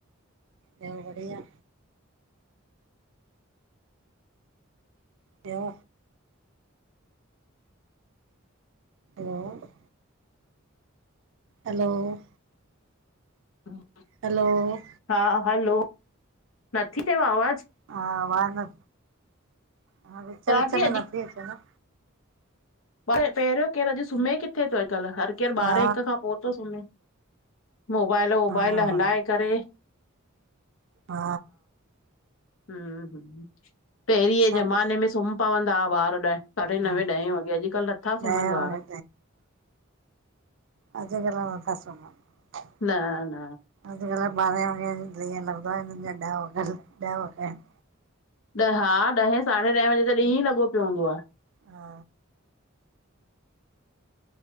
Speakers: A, on the right (about 65°); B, on the left (about 70°).
A: ॿयो बढ़िया? ॿयो? वा वा हलो!
B: हा
A: हलो!
B: हा हलो! नथी चेव आवाज़?
A: हा, आवाज़ न, हा, विच
B: चवां
A: विच
B: थी
A: में नथी अचे न।
B: पर पहिर्यों केरु अॼ सुम्हें किथे तो अॼकल्ह हर केरु
A: हा
B: ॿारहें हिक खां पो तो सुम्हें। मोबाइल वोबाइल
A: हा हा
B: हलाए करे।
A: हा
B: हूं हूं, पहिरीं जे
A: सभु
B: ज़माने में सुम्ह पवंदा हुआ ॿार ॾहे साढ़े नवें,
A: हा
B: ॾहे वॻे, अॼकल्ह नथा
A: ॾहें
B: सुमन ॿार।
A: वॻे अॼकल नथा सुमंन।
B: न न
A: अॼकल ॿारहें वॻे तांईं, मोबाइलन में नंढ़ा वॾा लॻा पया एन।
B: हा, ॾहें, साढ़े ॾहें बजे त ॾींह लॻो प्यो हूंदो आ।
A: हा